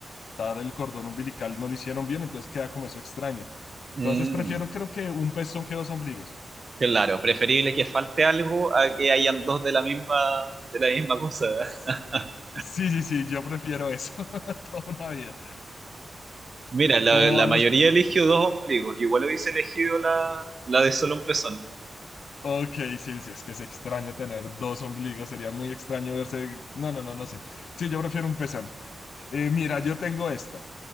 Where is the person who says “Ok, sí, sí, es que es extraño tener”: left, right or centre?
Left